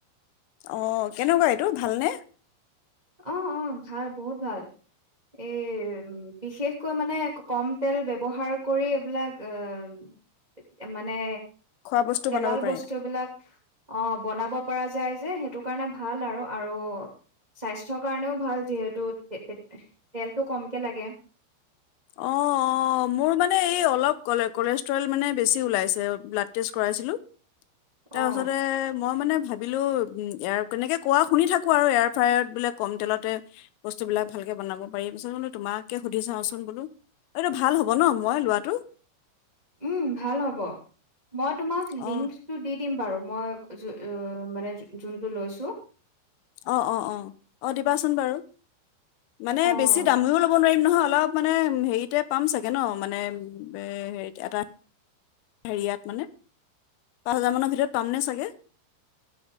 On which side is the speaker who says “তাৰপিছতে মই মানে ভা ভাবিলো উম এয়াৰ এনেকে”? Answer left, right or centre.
Left